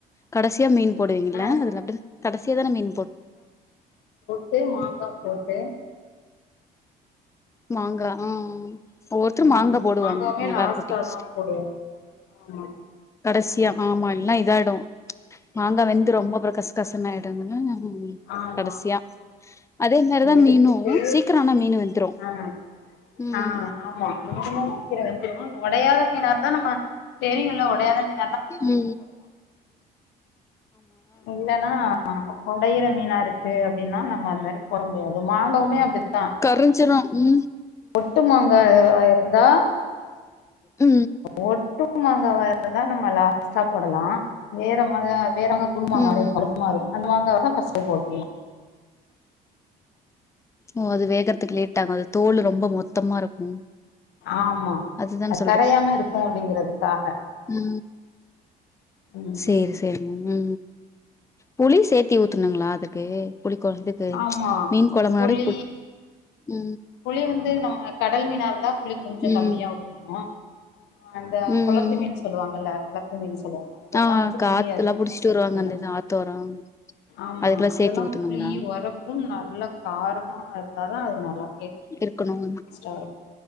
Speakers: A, on the left (about 15°); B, on the left (about 85°).
A: கடசியா மீன் போடுவீங்ளா
B: ஆ
A: அதுல அப்டின் கடைசியாதான மீன் போ
B: த்து மாங்கா போட்டு
A: மாங்கா ம் ஒவ்வொருத்தரு
B: ம்
A: மாங்கா போடுவாங்க
B: மாங்காவுமே
A: நல்லா
B: லாஸ்ட்டா
A: இருக்கு டேஸ்ட்
B: தா போடுவோ ஆமா
A: கடசியா ஆமா இல்னா இதாய்டு மாங்கா வெந்து ரொம்ப அப்புறோ கஸ் கசன் ஆய்டு ம்
B: ஆ ஆமா
A: கடசியா அதே மாரிதா
B: எடுத்துட்டு
A: மீனு சீக்கிரோ ஆனா மீனு வெந்துரு
B: ஆ
A: ம்
B: ஆ ஆமா ர சீ வந்து உடையாத மீனா ர்ந்தா நம்ம தெரியுல்ல உடையாத மீன்
A: உ
B: இல்லைன்னா ஒடையிற மீனா இருக்கு அப்படின்னா நம்ம அது மாரி புட முடியாது மாங்கவுமே அப்படித்தா
A: கரஞ்ச்சிரு உ
B: ஒட்டு மங்கா இதுவா இருந்தா
A: உ
B: ஒட்டும் மாங்க வா இர்ந்தா நம்ம லாஸ்ட்டா போடலா வேற மாத வேற உண் வாங்க
A: ம்
B: அதையு பழுப்புமா வருஅந்த மாங்காவார்ந்தா ஃபஸ்டே போட்டுருலா
A: ஓ அது வேகறதுக்கு லேட்டாங்க அது தோல் ரொம்ப மொத்தமா இருக்கு
B: ஆமா
A: அதுதான
B: அது கரையாம இருக்கும்கோம் அப்படிங்கறதுக்காக
A: உ
B: ம்
A: சேரி சே தெரி உ புளி சேத்தி ஊத்துனுங்களா அதுக்கு புளி கொழம்பு து
B: ஆமா
A: மீன் கொழமாடு
B: புளி
A: உ
B: புளி வந்து நம்ம கடல் மீனா இருந்தா புளி கொஞ்சோ
A: ம்
B: கம்மியா ஊத்தணு ஆ அந்த
A: ம்
B: கொளத்து மீன் சொல்லுவாங்கல்ல கொளத்து மீன் சொல்லுவா அதெல்லா
A: ஆ
B: வந்து
A: காத்துல்லா
B: புளி அதிகமா
A: புடிச்சிட்டு
B: சேத்துக்கணு
A: வருவாங்க அந்த இது ஆத்தோரோ
B: ஆமா
A: அதுக்கெல்லா சேத்தி
B: அதெல்லா
A: ஊத்தணுங்களா
B: புளி ஒரப்பு நல்ல காரமா இருந்தாதா அது நல்லாவே
A: இருக்குன்னு
B: ஸ்டார்